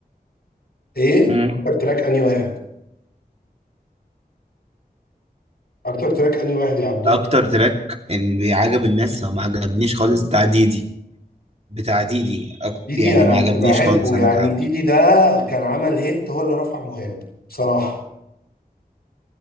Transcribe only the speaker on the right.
امم
اكتر تراك ان عجب الناس لو ما عجبنيش خالص بتاع ديدي بتاع ديدي أك-
يعني
ما
عجبنيش
خالص انا
كعبده